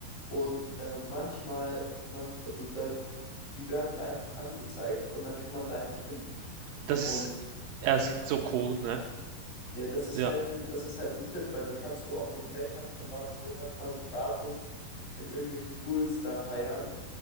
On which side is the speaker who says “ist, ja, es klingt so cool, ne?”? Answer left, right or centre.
Right